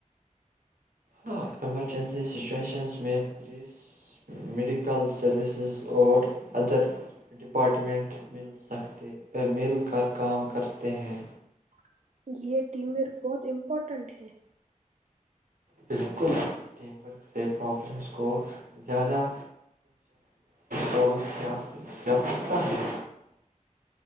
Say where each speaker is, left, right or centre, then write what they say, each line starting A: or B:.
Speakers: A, on the right; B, on the right.
A: ہاں ایمرجنسی سچویشنز میں پولیس میڈیکل سروسز اور ادر ڈپارٹمنٹ مل سکتے مل کر کام کرتے ہیں
B: یہ ٹیم ویئر بہت امپورٹنٹ ہے
A: بالکل ٹیم ورک سے پرابلمس کو زیادہ سالو کیا سکتا ہے